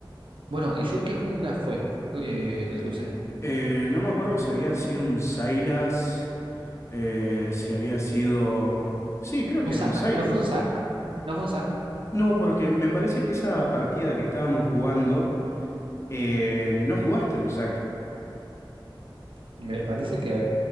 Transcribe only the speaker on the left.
Eh, no me acuerdo si había sido un Sylas, eh, si había sido... Sí, creo
que
era un Sylas.
No, porque me parece que esa partida que estábamos jugando, eh, no jugaste un sac.